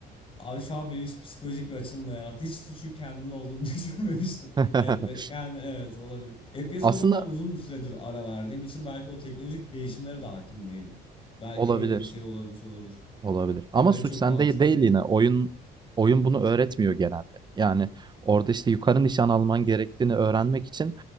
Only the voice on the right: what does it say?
<laughs>
Aslında
olabilir.
Olabilir. Ama
suç
sende
değil yine. Oyun oyun bunu öğretmiyor genelde. Yani orada işte yukarı nişan alman gerektiğini öğrenmek için